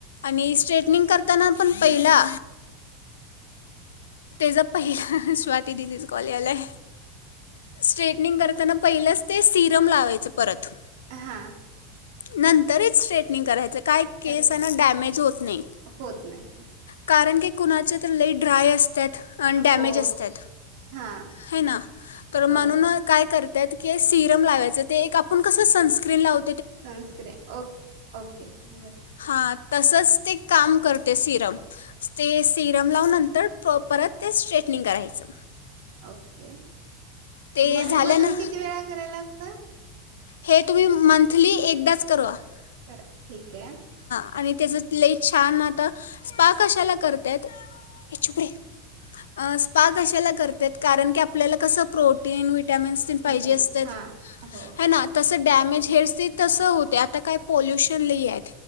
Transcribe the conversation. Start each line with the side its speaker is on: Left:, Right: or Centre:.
Left: मी स्ट्रेटनिंग करताना पण पहिला तेजा पहिला स् स्वाति दीदी चा कॉल यालाय, स्टेट निंग करताना पहिलंच ते सिरम लावायचं परत.
Right: हां
Left: नंतरच स्ट्रेटनिंग करायचं. काय केस
Right: करायचं
Left: अ ना
Right: पण
Left: डॅमेज होत नाही.
Right: होत नाही ठीक
Left: कारण की कुणाची तर लई ड्राय अस अन् डॅमेज
Right: हो
Left: असत्यात.
Right: हां
Left: हाय ना, तर म्हणून
Right: हो
Left: काय कर त्यात के सिरम लावायचं ते एक आपण कसं सनस्क्रीन लावो
Right: सनस्क्रीन. ओ ओके बर.
Left: हां तसंच ते काम करते सिरम. ते सिरम लाव नंत तर् प्र परत ते स्ट्रेटनिंग करायचं.
Right: ओके
Left: ते
Right: मंथ
Left: झालं
Right: मधून
Left: ना
Right: किती वेळा कराय लागतं?
Left: हे तुम्ही मंथली एकदाच करवा. <unintelligible>
Right: करा ठीके.
Left: आणि त्याजत् लई छान आता, स्पा कशाला कर त्यात, ए चुप रे. अं स्पा कशाला करत्यात, कारण की आपल्याला कसं प्रोटीन विट <unintelligible> तेन पाहिजे
Right: विक्रम
Left: असतेत.
Right: हां हो
Left: हाय ना तस डॅमेज
Right: हो
Left: हेयर्सनी तसं होत ते आता काय पोल्युशन लयाय.